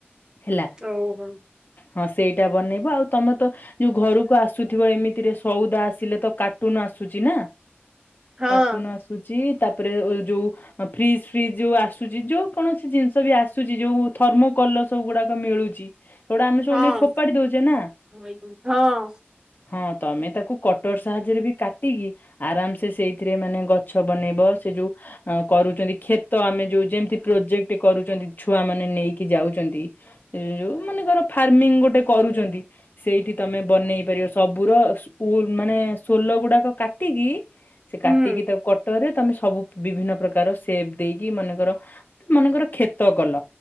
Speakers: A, on the left; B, on the right.
A: ହେଲା
B: ଓହୋ
A: ହଁ ସେଇଟା ବନେଇବ ଆଉ ତମେ ତ ଯୋଉ ଘରକୁ ଆସୁଥିବ ଏମିତିରେ ସଉଦା ଆସିଲେ ତ ତ କାଟୁନ ଆସୁଛି ନା
B: ହଁ
A: କାଟୁନ ଆସୁଛି ତାପରେ ଯୋଉ ଫ୍ରିଜ ଫ୍ରିଜ ଯୋଉ ଆସୁଛି ଯୋଉ କୌଣସି ଜିନିଷ ବି ଆସୁ ଆସୁଛି ଯୋଉ ଥର୍ମ କଲର ସବୁ ଗୁଡାକ ମିଳୁଛି ସେଗୁଡା ଆମେ ସବୁ
B: ହଁ
A: ନେଇ ଫୋପାଡି ଦଉଛେ ନା
B: ହଁ
A: ହଁ ତମେ ତାକୁ କଟର ସାହାଯ୍ୟରେ ବି କାଟି କି ଆରାମ ସେେ ସେଇଥିରେ ମାନେ ଗଛ ବନେଇବ ସେ ଯୋଉ ଅ କରୁଛନ୍ତି କ୍ଷେତ ଆମେ ଯୋଉ ଯେମିତି ପ୍ରୋଜେକ୍ଟ କରୁଛନ୍ତି ଛୁଆ ମାନେ ନେଇକି ଯାଉଛନ୍ତି ଯୋଉ ମନେକର ଫାର୍ମିଂ ଗୋଟେ କରୁଛନ୍ତି ସେଇଠି ତମେ ବନେଇ ପାରିବ ସବୁର ଶୋ ମାନେ ସୋଲ ଗୁଡାକ କା କାଟିକି ସେ
B: ହୁଁ
A: କାଟିକି ତାକୁ କଟରେ ତମେ ସବୁ ବିଭିନ୍ନ ପ୍ରକାର ସେପ ଦେଇକି ମନେକର ମନେକର କ୍ଷେତ କଲ